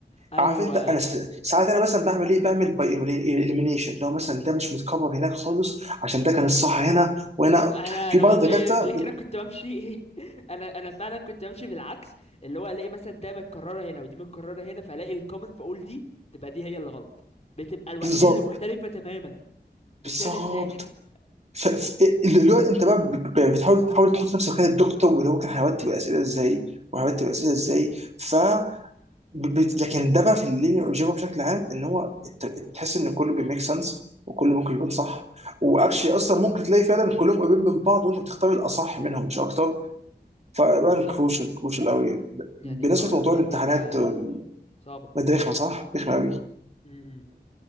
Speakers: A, on the left (about 40°); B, on the right (about 40°).
A: ايوه
B: عارف انت انا س- ساعات انا مثلا بعمل ايه بعمل باي اليمينيشن لو مثلا ده مش متكرر هناك خالص عشان ده كان الصح هنا وهنا
A: انا
B: في
A: انا
B: بعض
A: والله
B: الدكاتره
A: قبل كده
B: بت-
A: كنت بمشي ايه <laughs> انا انا فعلا كنت بمشي بالعكس اللي هو الاقي مثلا ده متكرره هنا ودي متكرره هنا فالاقي الكومن فاقول دي بتبقى دي هي اللي غلط بتبقى الوحيده
B: بالظبط
A: اللي مختلفه تماما مش
B: بالظبط
A: فاهم ازاي <laughs>
B: ف- ف- اللي هو انت بقى ب- ب- بتحاول تحاول تحط نفسك مكان الدكتور واللي هو كان هيرتب الاسئله ازاي وهيرتب الاسئله ازاي ف ب- ب- لكن ده بقى في اللينير الجبر بشكل عام ان هو الت- تحس ان كله بيميك سنس وكله ممكن يكون صح واكشلي
A: امم
B: اصلا ممكن تلاقي فعلا كلهم قريبين من بعض وانت بتختار الاصح منهم مش اكتر فبقى
A: بالظبط
B: كروشال كروشال قوي
A: يعني
B: بالنسبه
A: ما
B: لموضوع
A: ما
B: الامتحانات
A: مادة
B: وال-
A: صعبة
B: ده رخمه صح؟ رخمه قوي
A: امم